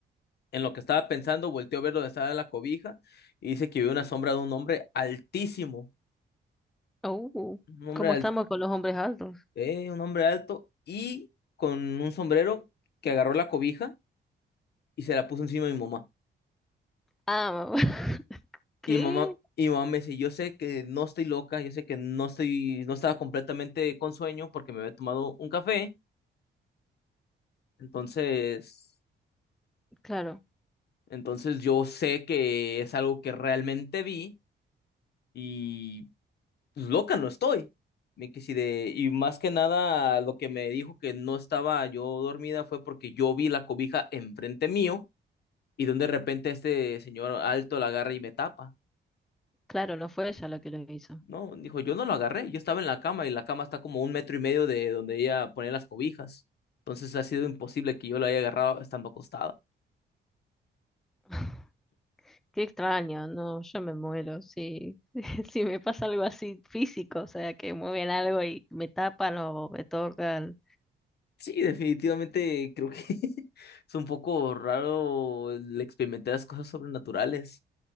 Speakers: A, on the left; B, in the centre.
A: En lo que estaba pensando, volteó a ver dónde estaba la cobija y dice que vio una sombra de un hombre altísimo,
B: Uh,
A: un hombre,
B: ¿cómo
A: al-
B: estamos con los hombres altos?
A: eh, un hombre alto y con un sombrero que agarró la cobija y se la puso encima de mi mamá.
B: Ah, <laughs> ¿qué?
A: Y mamá, y mamá me dice, yo sé que no estoy loca, yo sé que no estoy, no estaba completamente con sueño porque me había tomado un café, Entonces,
B: Claro,
A: entonces yo sé que es algo que realmente vi y pues, loca no estoy. Me quedé así de, y más que nada lo que me dijo que no estaba yo dormida fue porque yo vi la cobija enfrente mío y donde de repente este señor alto la agarra y me tapa.
B: claro, no fue ella la que lo hizo.
A: No, dijo, yo no lo agarré, yo estaba en la cama y la cama está como un metro y medio de donde ella pone las cobijas. Entonces ha sido imposible que yo la haya agarrado estando acostada.
B: <laughs> Qué extraño, no, yo me muero si, <laughs> si me pasa algo así físico, o sea, que mueven algo y me tapan o me tocan.
A: Sí, definitivamente creo que <laughs> es un poco raro el experimentar las cosas sobrenaturales.